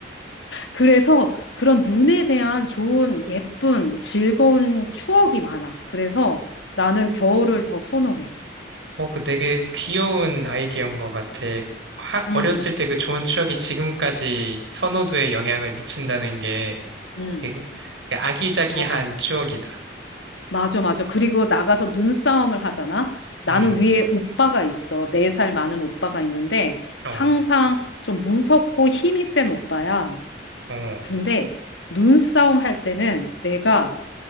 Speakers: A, on the left; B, on the right.
A: 그래서 그런 눈에 대한 좋은, 예쁜, 즐거운 추억이 많아. 그래서 나는 겨울을 더 선호해.
B: 어, 그 되게 귀여운 아이디어인 것 같아. 하-
A: 음,
B: 어렸을 때 그 좋은 추억이 지금까지 선호도에 영향을 미친다는 게
A: 음,
B: 되게 되게 아기자기한
A: 맞아.
B: 추억이다.
A: 맞아, 맞아. 그리고 나가서 눈싸움을 하잖아? 나는
B: 음,
A: 위에 오빠가 있어. 네 살 많은 오빠가 있는데,
B: 어,
A: 항상 좀 무섭고 힘이 센 오빠야.
B: 어,
A: 근데 눈싸움 할 때는 내가